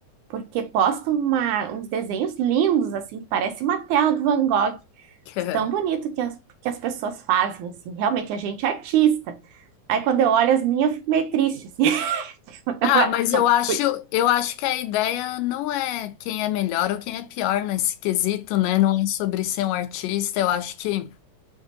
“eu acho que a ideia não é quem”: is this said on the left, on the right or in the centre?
Left